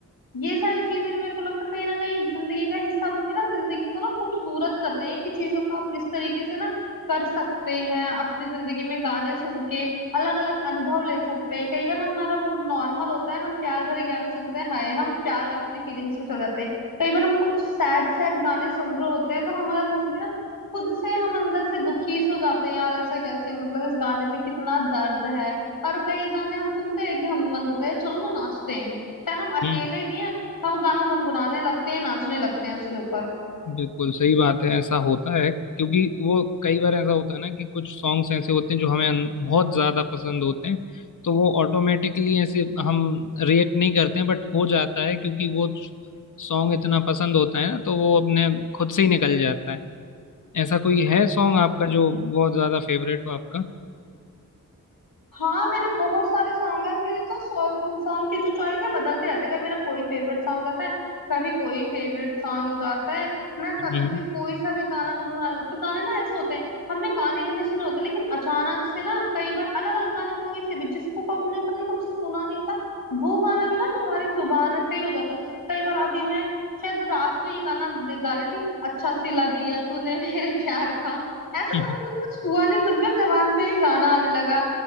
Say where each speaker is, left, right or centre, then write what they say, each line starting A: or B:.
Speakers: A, on the left; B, on the left.
A: ये सारी चीजें भी मेरे को लगता है कहीं ना कहीं जिंदगी का हिस्सा बन के ना जिंदगी को ना खूबसूरत कर रहे हैं कि चीजों को आप इस तरीके से ना कर सकते हैं अपनी जिंदगी में गाने सुन के अलग अलग अनुभव ले सकते हैं कई बार हमारा मूड नॉर्मल होता है हम प्यार भरे गाने सुनते हैं हाय हम प्यार वाली फीलिंग्स में चले जाते हैं कई बार हम कुछ सैड सैड गाने सुन रहे होते हैं तो हमारा मूड भी ना खुद से हम अंदर से दुखी से हो जाते हैं यार ऐसा कैसे मतलब इस गाने में कितना दर्द है और कई गाने हम सुनते हैं कि हम मन करता है चलो ना नाचते हैं चाहे हम अकेले
B: हम्म
A: भी हैं हम गाना गुनगुनाने लगते हैं नाचने लगते हैं उसके ऊपर
B: बिल्कुल सही बात है ऐसा होता है क्योंकि वो कई बार ऐसा होता है ना कि कुछ सॉन्ग्स ऐसे होते हैं जो हमें अन- बहुत ज्यादा पसंद होते हैं तो वो ऑटोमेटिकली ऐसे हम रिएक्ट नहीं करते हैं बट हो जाता है क्योंकि वो सॉन्ग इतना पसंद होता है ना तो वो अपने खुद से ही निकल जाता है ऐसा कोई है सॉन्ग आपका जो बहुत ज्यादा फेवरेट हो आपका
A: हाँ मेरे बहुत सारे सॉन्ग है और मेरे तो सॉन्ग के जो चॉइस है बदलते रहते हैं कभी मेरा कोई फेवरेट सॉन्ग जाता है कभी कोई फेवरेट सॉन्ग हो जाता है मैं कभी
B: हम्म।
A: भी कोई सा भी गाना गुनगुनाने लगती हूँ गाने ना ऐसे होते हैं हमने गाने इतने सुने होते हैं लेकिन अचानक से ना कई बार अलग अलग गाने कोई से भी जिसको कब हमने पता नहीं कब से सुना नहीं होता वो गाना भी ना हमारी जुबान पे हो जाता है जैसे कई बार अभी मैं शायद रात को ये गाना दे- गा रही थी अच्छा सिला दिया तूने मेरे प्यार का ऐसा
B: <laughs>
A: तो मतलब कुछ हुआ नहीं कुछ भी अब जबान पे ये गाना आने लगा